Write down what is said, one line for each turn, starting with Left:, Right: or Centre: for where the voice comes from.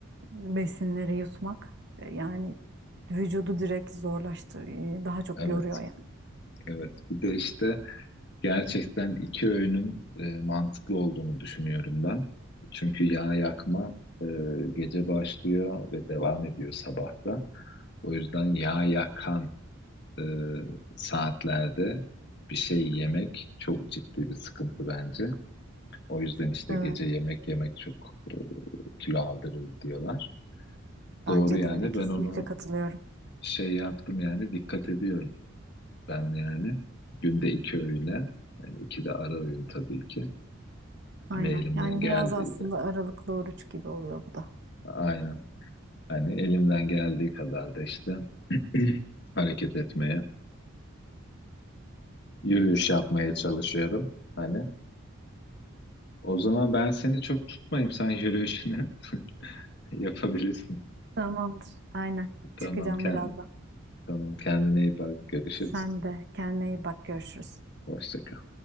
Right: besinleri yutmak e, yani vücudu direkt zorlaştır, e, daha çok
Left: Evet,
Right: yoruyor yani.
Left: evet. Bir de işte Gerçekten iki öğünün e, mantıklı olduğunu düşünüyorum ben. Çünkü yağ yakma e, gece başlıyor ve devam ediyor sabahta. O yüzden yağ yakan e, saatlerde bir şey yemek çok ciddi bir sıkıntı bence. O yüzden işte
Right: Evet,
Left: gece yemek yemek çok e, kilo aldırır diyorlar.
Right: bence
Left: Doğru yani
Right: de öyle. Kesinlikle
Left: ben onu
Right: katılıyorum.
Left: şey yaptım yani dikkat ediyorum. Ben yani günde iki öğüne yani iki de ara öğün tabii ki.
Right: Aynen.
Left: Ve elimden
Right: Yani
Left: geldiydi.
Right: biraz aslında aralıklı oruç gibi oluyor bu da.
Left: Aynen. Hani elimden geldiği kadar da işte <clears throat> hareket etmeye, yürüyüş yapmaya çalışıyorum. Hani o zaman ben seni çok tutmayayım. Sen yürüyüşünü <laughs> yapabilirsin.
Right: Tamamdır. Aynen.
Left: Tamam
Right: Çıkacağım
Left: kendi,
Right: birazdan.
Left: tamam kendine iyi bak. Görüşürüz.
Right: Sen de kendine iyi bak. Görüşürüz.
Left: Hoşça kal.